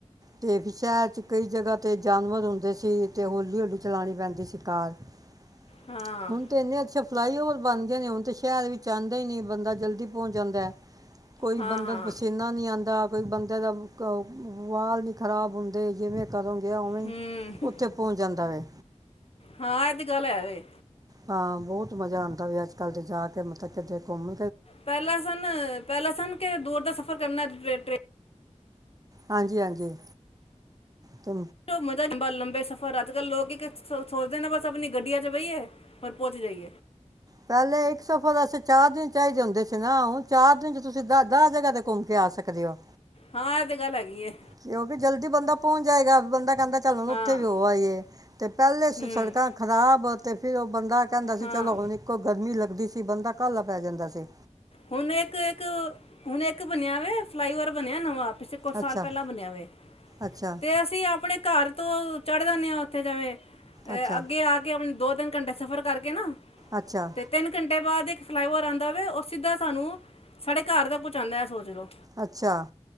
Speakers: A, on the right (about 30°); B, on the left (about 50°).
A: ਤੇ ਫਿਰ ਸ਼ਹਿਰ ਕਈ ਜਗ੍ਹਾ ਤੇ ਜਾਨਵਰ ਹੁੰਦੇ ਸੀ ਤੇ ਹੌਲੀ-ਹੌਲੀ ਚਲਾਉਣੀ ਪੈਂਦੀ ਸੀ ਕਾਰ। ਤੇ
B: ਹਾਂ
A: ਹੁਣ ਤੇ ਇਹਨੇ ਅੱਛੇ ਫਲਾਈਓਵਰ ਬਣ ਗਏ ਨੇ ਹੁਣ ਸ਼ਹਿਰ ਵੀ ਆਂਦਾ ਈ ਨਈਂ ਬੰਦਾ ਜਲਦੀ ਪਹੁੰਚ ਜਾਂਦਾ। ਕੋਈ
B: ਹਾਂ
A: ਬੰਦਾ
B: ਹਾਂ
A: ਪਸੀਨਾਂ ਨਹੀਂ ਆਂ ਦਾ ਬੰਦੇ ਬ ਕ ਵਾਲ ਨੀਂ ਖਰਾਬ ਹੁੰਦੇ, ਜਿਵੇਂ ਕਦੋਂ ਗਿਆ ਉਵੇਂ
B: ਹੂੰ
A: ਉੱਥੇ ਪਹੁੰਚ ਜਾਂਦਾ ਵੇ।
B: ਹਾਂ ਇਹ ਤੇ ਗੱਲ ਹੈ ਵੇ
A: ਹਾਂ ਬਹੁਤ ਮਜ਼ਾ ਆਂਦਾ ਵੀ ਅੱਜ-ਕੱਲ ਦੇ ਜਾ ਕੇ ਮਤਲਬ ਕਿਤੇ ਘੁੰਮ
B: ਪਹਿਲਾਂ ਸਨ ਪਹਿਲਾਂ ਸਨ ਕਿ ਦੂਰ ਦਾ ਸਫ਼ਰ ਕਰਨਾ ਟ੍ਰੇਨ
A: ਹਾਂਜੀ ਹਾਂਜੀ ਤੇ
B: ਮਜ਼ਾ ਲੰਬੇ ਸਫ਼ਰ ਅੱਜ ਕੱਲ ਲੋਕ ਸੋਚਦੇ ਨੇ ਬਸ ਆਪਣੀ ਗੱਡੀਆਂ ਚ ਬਹੀਏ ਪਰ <unintelligible> <unintelligible>
A: ਪਹਿਲੇ ਇੱਕ ਸਫ਼ਰ ਦਾ ਅਸ ਚਾਰ ਦਿਨ ਚਾਹੀਦੇ ਹੁੰਦੇ ਸੀ ਨਾ ਹੁਣ ਚਾਰ ਦਿਨ ਚ ਤੁਸੀਂ ਦਸ ਦਸ ਜਗ੍ਹਾ ਤੇ ਘੁੰਮ ਕੇ ਆ ਸਕਦੇ ਹੋ
B: ਹਾਂ ਇਹ ਤੇ ਗੱਲ ਹੈਗੀ ਹੈ
A: ਕਿਉਂਕਿ ਜਲਦੀ ਬੰਦਾ ਪਹੁੰਚ ਜਾਏਗਾ ਬੰਦਾ ਕਹਿੰਦਾ ਚੱਲਨ
B: ਹਾਂ
A: ਉੱਥੇ ਵੀ ਉਹ ਆਈਏ ਤੇ ਪਹਿਲੇ ਸੜਕਾਂ
B: ਹੂੰ
A: ਖ਼ਰਾਬ ਤੇ ਫਿਰ ਉਹ ਬੰਦਾ ਕਹਿੰਦਾ ਸੀ
B: ਹਾਂ
A: ਚਲੋ ਹੁਣ ਇੱਕੋ ਗਰਮੀ ਲੱਗਦੀ ਸੀ ਬੰਦਾ ਘੱਲ ਪੈ ਜਾਂਦਾ ਸੀ
B: ਹੁਣ ਇੱਕ ਇੱਕ ਹੁਣ ਇੱਕ ਬਣਿਆ ਵਾ ਫਲਾਈਓਵਰ ਬਣਿਆ ਨਵਾਂ ਪਿੱਛੇ ਕੁੱਛ ਸਾਲ
A: ਅੱਛਾ
B: ਪਹਿਲਾਂ ਬਨਿਆ ਵੇ
A: ਅੱਛਾ
B: ਤੇ ਅਸੀਂ ਆਪਣੇ ਘਰ ਤ ਚੜ੍ਹਦਾਦੇ ਆ ਉੱਥੇ ਜਾਵੇਂ ਅ
A: ਅੱਛਾ
B: ਅੱਗੇ ਆ ਕੇ ਆਪਣੇ ਦੋ ਤਿੰਨ ਘੰਟੇ ਸਫ਼ਰ ਕਰਕੇ ਨਾ
A: ਅੱਛਾ
B: ਤੇ ਤਿੰਨ ਘੰਟੇ ਬਾਅਦ ਇੱਕ ਫਲਾਈਓਵਰ ਆਉਂਦਾ ਵ ਸਿੱਧਾ ਸਾਨੂੰ ਸਾਡੇ ਘਰ ਦਾੱ ਕੁਛ ਆਉਂਦਾ ਹੈ ਸੋਚ ਲਓ
A: ਅੱਛਾ